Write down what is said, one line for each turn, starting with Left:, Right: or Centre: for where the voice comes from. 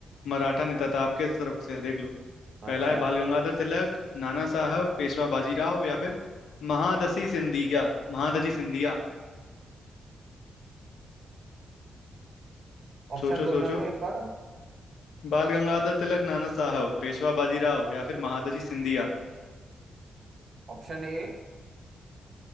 Left: मराठा नेता था आपके तरफ से देख लो पहला
Right: अच्छा
Left: है बाल गंगाधर तिलक नाना साहब पेशवा बाजीराव या फिर महादजी सिंधिया महादजी सिंधिया
Right: ऑप्शन
Left: सोचो
Right: बोलना
Left: सोचो
Right: तो एक बार
Left: बाल गंगाधर तिलक नाना साहब पेशवा बाजीराव या फिर महादजी सिंधिया
Right: Option A